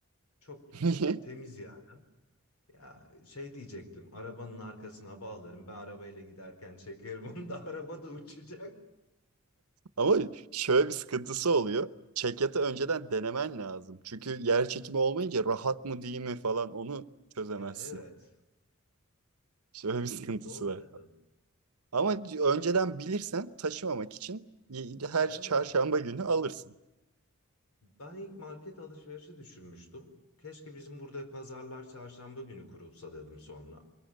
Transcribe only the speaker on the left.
Çok
temiz yani. Ya şey diyecektim arabanın arkasına bağlarım. Ben arabayla giderken çekerim onu da <laughs> araba da uçacak.
Ya evet.
Doğru
dedin.
Ya
evet.
Ben ilk market alışverişi düşünmüştüm. Keşke bizim burada pazarlar çarşamba günü kurulsa dedim sonra.